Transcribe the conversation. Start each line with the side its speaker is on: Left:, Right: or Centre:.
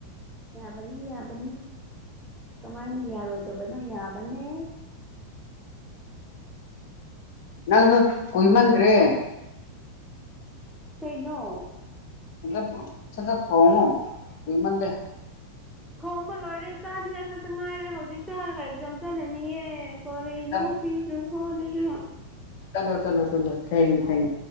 Centre: ꯌꯥꯕꯅꯤ ꯌꯥꯕꯅꯤ ꯀꯃꯥꯏꯅ ꯌꯥꯔꯣꯏꯗꯕꯅꯣ ꯌꯥꯕꯅꯦ
Left: ꯅꯪ ꯀꯣꯏꯃꯟ꯭ꯈꯔꯦ
Centre: ꯀꯩꯅꯣ
Left: ꯁꯠ ꯁꯠ ꯊꯣꯡꯉꯣ ꯀꯨꯏꯃꯜꯂꯦ
Centre: ꯊꯣꯝꯕ ꯂꯣꯏꯔꯦ ꯆꯥꯅꯤꯡꯉꯥꯏ ꯈꯛꯇ ꯉꯥꯏꯔꯦ ꯍꯧꯖꯤꯛ ꯆꯥꯔ ꯂꯩ ꯔꯝ ꯆꯠꯂꯅꯤꯌꯦ ꯀꯔꯤꯅꯣ
Left: ꯆꯠꯂꯣ
Centre: ꯐꯤꯁꯨ ꯃꯣꯠꯂꯤꯁꯤꯅꯥ
Left: ꯆꯂꯣ ꯆꯂꯣ ꯆꯂꯣ ꯊꯦꯡꯉꯦ ꯊꯦꯡꯉꯦ